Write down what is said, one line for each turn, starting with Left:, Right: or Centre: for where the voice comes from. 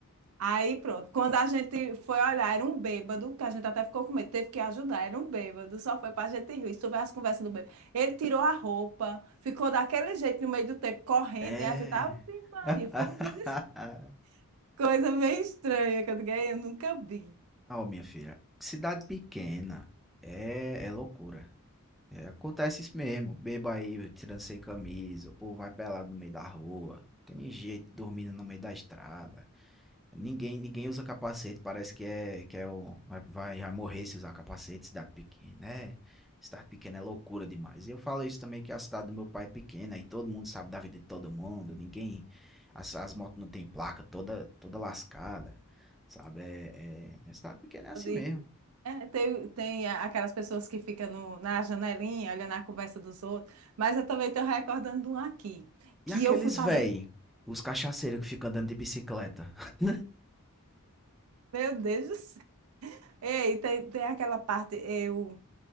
Right: Aí pronto, quando a gente foi olhar, era um bêbado, que a gente até ficou com medo, teve que ajudar, era um bêbado, só foi pra gente rir. Se tu vê as conversas do bêbado. Ele tirou a roupa, ficou daquele jeito no meio do tempo, correndo,
Centre: É.
Right: e a gente, Ave Maria, foi uma des-
Centre: <laughs>
Right: coisa meio estranha, que eu digo, "Ei, eu nunca vi.
Centre: Ó, minha filha, cidade pequena é, é loucura. É, acontece isso mesmo. Beba aí, tirando sem camisa, o povo vai pelado no meio da rua. Tem gente dormindo no meio da estrada. Ninguém, ninguém usa capacete, parece que é que é o vai, vai vai morrer se usar capacete, cidade pequena, né? Cidade pequena é loucura demais. E eu falo isso também que a cidade do meu pai é pequena e todo mundo sabe da vida de todo mundo, ninguém as, as motos não tem placa, toda toda lascada, sabe? É, é, é cidade pequena é assim
Right: Pode-
Centre: mesmo.
Right: É, tem, tem aquelas pessoas que ficam no- na janelinha, olhando a conversa dos outros, mas eu também estou recordando de um aqui,
Centre: E
Right: que
Centre: aqueles
Right: eu fui fazer,
Centre: véi, os cachaceiros que ficam andando de bicicleta? <laughs>
Right: meu Deus do céu. Ei, tem, tem aquela parte, eu